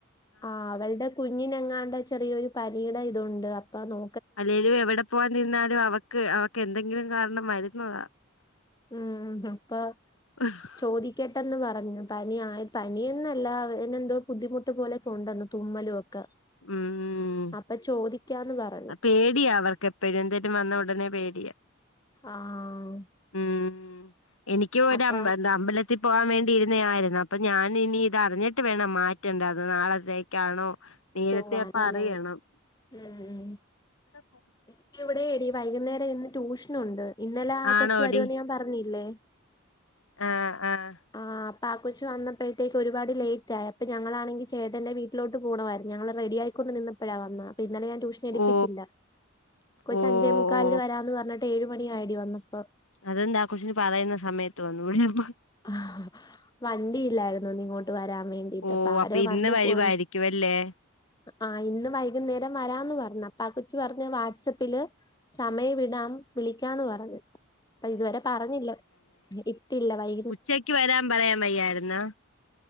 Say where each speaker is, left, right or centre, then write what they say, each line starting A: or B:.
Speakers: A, on the left; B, on the left.
A: ആഹ് അവൾടെ കുഞ്ഞിനെങ്ങാണ്ട ചെറിയൊരു പനിയുടെ ഇതൊണ്ട് അപ്പ നോ
B: അല്ലേലും എവിടെ പോവാൻ നിന്നാലും അവക്ക് അവക്ക് എന്തെങ്കിലും കാരണം വരുന്നതാ.
A: ഉം ഹപ്പ
B: ആഹ്
A: ചോദിക്കട്ടെന്ന് പറഞ്ഞു പനി ആ പനിയന്നല്ല അ എന്തോ ബുദ്ധിമുട്ട് പോലെ കൊണ്ടുവന്നു തുമ്മലും ഒക്കെ ക്ക
B: ഉം
A: അപ്പൊ ചോദിക്കാന്ന് പറ
B: പേടിയാ അവർക്കെപ്പഴും എന്തേലും വന്ന ഒടനെ പേടിയാ
A: ആഹ്
B: ഉം എനിക്ക് ഒരു
A: അപ്പ
B: അമ്പ എന്ത അമ്പല ത്തി പോകാൻ വേണ്ടിയിരുന്ന ആരുന്നു അപ്പൊ ഞാൻ ഇനി ഇത് അറിഞ്ഞിട്ട് വേണം മാറ്റേണ്ടത് നാളത്തേക്കാണോ? നേരത്തെ
A: പോവാനല്ലേ
B: പറയണം
A: ഉം..
B: <unintelligible>
A: എനിക്ക് ഇവിടെ എടി വൈന്നേരം ഇന്ന് ട്യൂഷനുണ്ട് ഇന്നലെ അ
B: ആണോടി
A: കൊച്ചു വരുമന്ന് ഞാൻ പറഞ്ഞില്ലേ?
B: ആഹ് ആഹ്
A: ആഹ് പാക്ക കൊച്ച് വന്നപ്പോഴേക്ക് ഒരുപാട് ലേറ്റ ആയ അപ്പോൾ ഞങ്ങളാണെങ്കിൽ ചേട്ടൻ് വീട്ടിലട്ട് പോകമായിരുന്നു ഞങ്ങൾ റെഡിയായിക്കൊണ്ട് നിന്ന് പ്പോഴ വന്നേ അപ്പ ഇന്നലെ ഞൻ ട്യൂഷൻ എടുപ്പിച്ചില്ല.
B: ഓ
A: കൊച്ച്അഞ്ചേ
B: ഓ
A: മുക്കാലില്
B: ഓ
A: വരാന്ന് പറഞ്ഞിട്ട്ഏഴ് മണിയയിടി വന്നപ്പം
B: അതെന്താ കൊച്ചിന് പറയുന്ന സമയത്ത് വന്നു ടെപ്പോ
A: ആ വണ്ടി ഇല്ലായിരുന്നു ഇങ്ങോട്ട് വരാൻ വേണ്ടി. ട്ടിപ്പ
B: ഓ
A: ആരോ
B: അപ്പൊ ഇന്ന്
A: വന്ന്
B: വരുവായിരിക്കും
A: കൊ
B: അല്ലേ
A: ആഹ് ഇന്ന് വൈകുന്നേരം വരാന്ന് പറഞ്ഞു അപ്പൊ ആ കൊച്ച് പറഞ്ഞ വാട്സപ്പില് സമയം വിടാം വിളിക്കന്ന് പറഞ്ഞത് അപ്പ ഇതുവരെ പറഞ്ഞില്ല ഇട്ടില്ല വൈ
B: ച്ചക്ക് വരാൻ പറയാൻ വയ്യായിരുന്നോ?